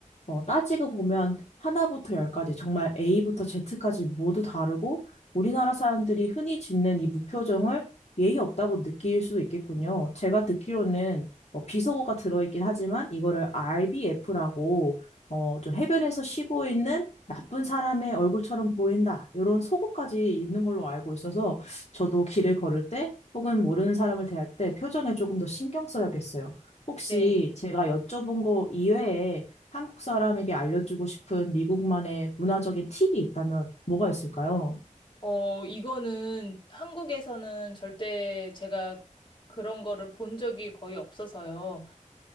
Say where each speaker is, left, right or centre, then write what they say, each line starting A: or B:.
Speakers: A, on the left; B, on the left.
A: 어, 따지고 보면 하나부터 열까지 정말 A부터 Z까지 모두 다르고 우리나라 사람들이 흔히 짓는 이 무표정을 예의 없다고 느낄 수도 있겠군요. 제가 듣기로는 어, 비속어가 들어있긴 하지만 이거를 RBF라고 어, 좀 해변에서 쉬고 있는 나쁜 사람의 얼굴처럼 보인다. 이런 속어까지 있는 걸로 알고 있어서 저도 길을 걸을 때 혹은 모르는 사람을 대할 때 표정에 조금 더 신경 써야겠어요. 혹시
B: 네.
A: 제가 여쭤본 거 이외에 한국 사람에게 알려주고 싶은 미국만의 문화적인 팁이 있다면 뭐가 있을까요?
B: 어, 이거는 한국에서는 절대 제가 그런 거를 본 적이 거의 없어서요.